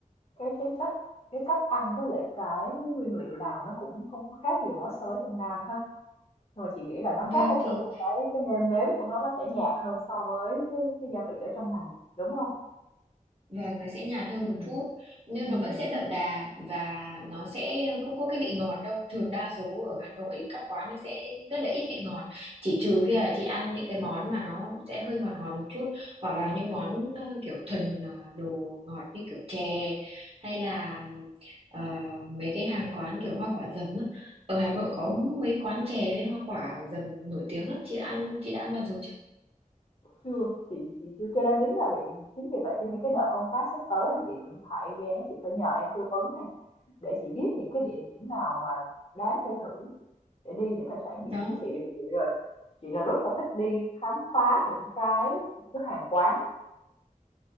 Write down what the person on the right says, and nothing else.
vâng
thì
Vâng, nó sẽ nhạt hơn
một chút nhưng
nó vẫn sẽ đậm đà và nó sẽ không có cái vị ngọt đâu. Thường đa số ở Hà Nội các quán nó sẽ rất là ít vị ngọt. Chỉ trừ khi là chị ăn những cái món mà nó sẽ hơi ngọt ngọt một chút hoặc là những món ờ, kiểu thuần ờ, đồ ngọt như kiểu chè hay là ờ, mấy cái hàng quán kiểu hoa quả dầm á. Ở Hà Nội có
mấy quán chè với hoa quả dầm nổi tiếng lắm. Chị ăn chị đã ăn bao giờ chưa?
Đó.